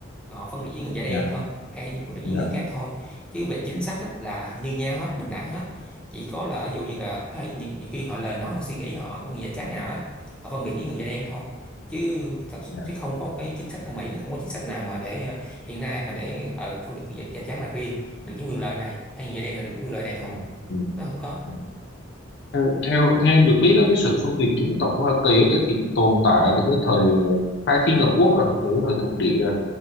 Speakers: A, in the centre; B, on the left.
A: họ phân biệt với người da đen
B: dạ,
A: thôi hay phân biệt
B: dạ,
A: với người khác thôi chứ về chính sách á, là như nhau hết bình đẳng hết chỉ có là ví dụ như là có thể nhiều, nhiều khi họ lời nói hoặc suy nghĩ họ của người da trắng này nọ đó họ phân biệt với người da đen thôi chứ thật
B: dạ.
A: chứ không có một cái chính sách ở Mỹ nó không có chính sách nào mà để ờ, hiện nay mà để ờ, phân biệt người da, da trắng là riêng được những quyền lợi này hay người da đen là được những quyền lợi này thôi
B: ừ, ừ,
A: nó không có
B: dạ. Theo, theo theo em được biết á, cái sự phân biệt chủng tộc của Hoa Kỳ á thì tồn tại từ cái thời ờ, khai thiên lập quốc rồi, từ cái thời thuộc địa rồi.